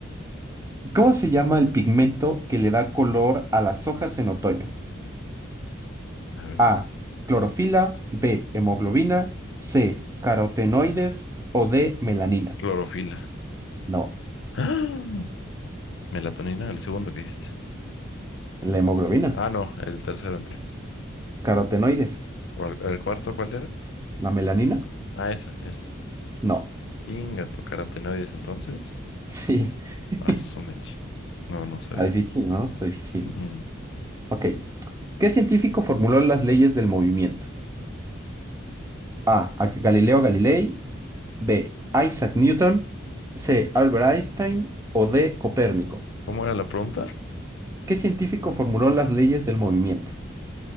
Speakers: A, on the right; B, on the left.
A: ¿Cómo se llama el pigmento que le da color a las hojas en otoño?
B: A ver.
A: A. Clorofila. B. Hemoglobina. C. Carotenoides. O D. Melanina.
B: Clorofila. <gasps>
A: No,
B: Ah, Melatonina, el segundo que diste.
A: la hemoglobina.
B: Ah, no, el tercero entonces.
A: Carotenoides.
B: ¿O el, el cuarto cuál era?
A: ¿La melanina?
B: Ah, esa, eso.
A: No.
B: Ingato, carotenoides entonces.
A: Sí. <laughs>
B: Ah, su mecha. No, no sabía.
A: Está difícil, ¿no? Está difícil.
B: Ujú.
A: Ok. ¿Qué científico formuló las leyes del movimiento? A. Galileo Galilei. B. Isaac Newton. C. Albert Einstein. O D. Copérnico.
B: ¿Cómo era la pregunta?
A: ¿Qué científico formuló las leyes del movimiento?